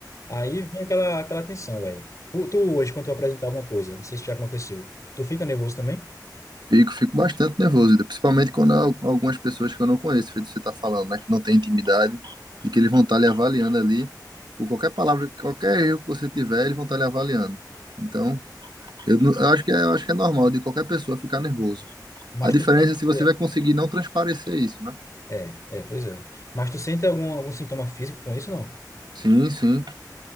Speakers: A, on the left; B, on the right.
A: Aí vinha aquela, aquela tensão, velho. Tu, tu hoje, quando tu apresentar alguma coisa, não sei se já aconteceu, tu fica nervoso também?
B: Fico, fico bastante nervoso, ainda, principalmente quando há al- algumas pessoas que eu não conheço, feito você está falando, né, que não tem intimidade e que eles vão estar lhe avaliando ali por qualquer palavra, qualquer erro que você tiver, eles vão estar lhe avaliando. Então, eu, não- eu acho que é, eu acho que é normal de qualquer pessoa ficar nervoso.
A: Mas
B: A diferença
A: tu sente
B: é se você
A: que é.
B: vai conseguir não transparecer isso, né?
A: É, é, pois é. Mas tu sente algum, algum sintoma físico com isso, não?
B: Sim, sim.